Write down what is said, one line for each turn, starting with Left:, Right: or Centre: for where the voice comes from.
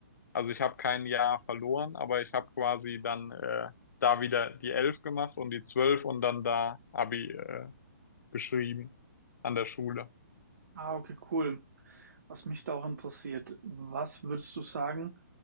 Left: Also ich habe kein Jahr verloren, aber ich habe quasi dann äh, da wieder die 11 gemacht und die 12 und dann da Abi äh, geschrieben an der Schule.
Right: Ah, okay, cool. Was mich da auch interessiert, was würdest du sagen,